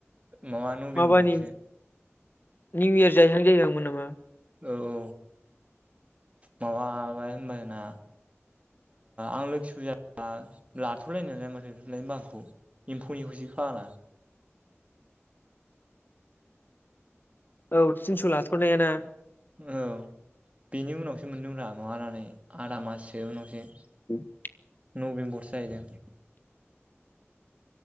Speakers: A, on the right; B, on the left.
A: माबा नभेम्बरावसो
B: माबानि निउ इयार जाहैानो जाहैखांमोन नामा?
A: औ औ माबाबाय होनबाना आं लोखि फुजा लाथ'लाय नालाय माथो लथ'लाय बागोखौ एम्फौनिखौसो फाग्ला
B: औ थिनस' लाथ'रनाया ना?
A: औ बेनि उनावसो मोनदोंरा आदा माससो उनावसो
B: <inaudible>
A: नभेम्बरसो जाहैदों।